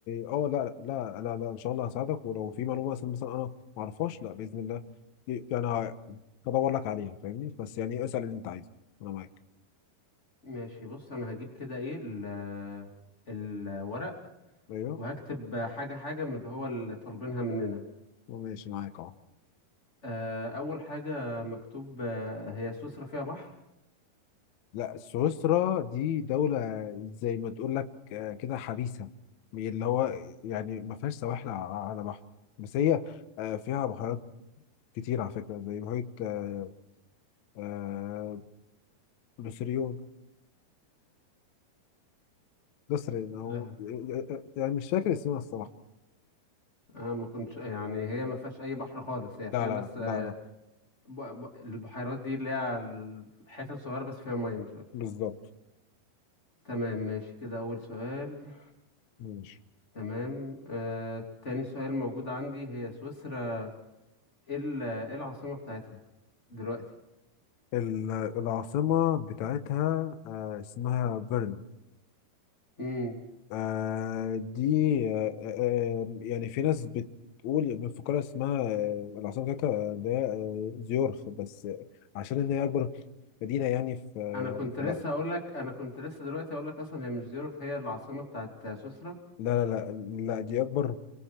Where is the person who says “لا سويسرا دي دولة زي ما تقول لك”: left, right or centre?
Left